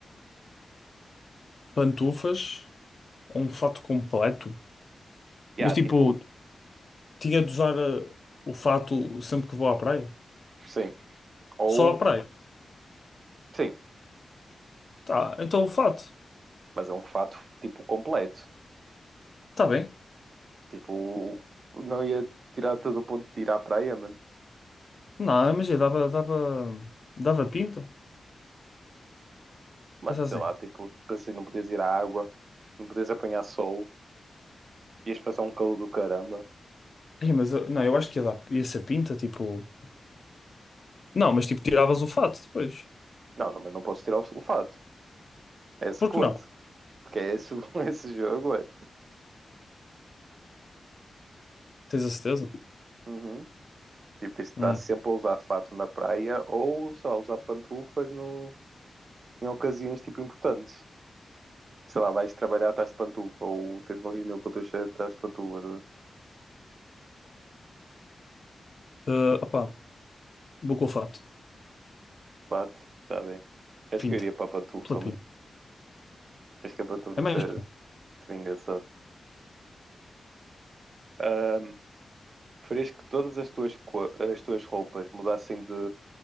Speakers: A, on the left; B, on the right.
A: Pantufas, um fato completo.
B: Yeah,
A: Mas, tipo.
B: tipo,
A: Tinha de usar eh, o fato sempre que vou à praia?
B: sim. Ou,
A: Só à praia?
B: sim,
A: Tá, então o fato.
B: mas é um fato, tipo, completo.
A: Tá bem.
B: Tipo, não ia tirar todo o ponto de ir à praia, mano.
A: Não, imagina, dava, dava, dava pinta.
B: Mano,
A: Pensar
B: sei
A: assim.
B: lá, tipo, pensei não podias ir à água, não podias apanhar sol, ias passar um calor do caramba.
A: Ei, mas eu, não, eu acho que ia dar, ia ser pinta, tipo. Não, mas tipo, tiravas o fato depois.
B: Não, não, mas não podes tirar o, o fato. É esse
A: Por
B: o ponto.
A: que não?
B: Porque é esse, <laughs> esse jogo, é.
A: Tens a certeza?
B: Uhum. Tipo, tens de estar
A: Hum.
B: sempre a usar fato na praia ou, sei lá, usar pantufas no, em ocasiões, tipo, importantes. Sei lá, vais trabalhar, estás de pantufa, ou tens uma reunião com o teu chefe, estás de pantufa,
A: Eh, opá, vou com o fato.
B: de fato, está bem. Acho
A: Pinta.
B: que eu iria para a pantufa,
A: Pela pinta.
B: mano. Acho que a pantufa
A: É mais
B: seria,
A: pinta.
B: seria engraçado. Ahm, Preferias que todas as tuas, co- as tuas roupas mudassem de,